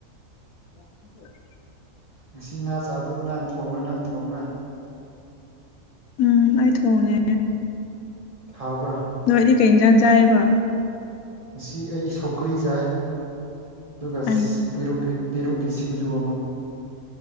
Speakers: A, on the left; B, on the right.
A: <inaudible>
B: ꯉꯁꯤ ꯉꯥ ꯆꯥꯕꯗꯣ ꯀꯅꯥꯅ ꯊꯣꯡꯕ꯭ꯔꯥ ꯅꯪ ꯊꯣꯡꯕ꯭ꯔꯥ
A: ꯎꯝ ꯑꯩ ꯊꯣꯡꯉꯦ
B: ꯍꯥꯎꯕ꯭ꯔꯥ
A: ꯅꯣꯏꯗꯤ ꯀꯩ ꯏꯟꯖꯥꯡ ꯆꯥꯏꯌꯦꯕ
B: ꯉꯁꯤ ꯑꯩ ꯁꯧꯒ꯭ꯔꯤ ꯆꯥꯏ ꯑꯗꯨꯒ
A: ꯑꯩ
B: ꯄꯦꯔꯨꯛꯒꯤ ꯄꯦꯔꯨꯛꯒꯤ ꯁꯤꯡꯖꯨ ꯑꯃ